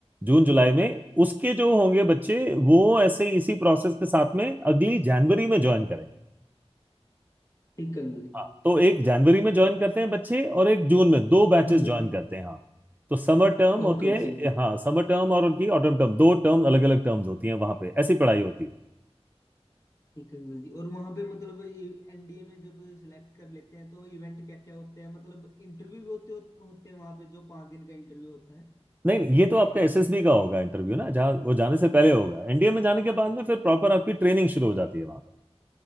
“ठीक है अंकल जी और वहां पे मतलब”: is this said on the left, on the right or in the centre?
Left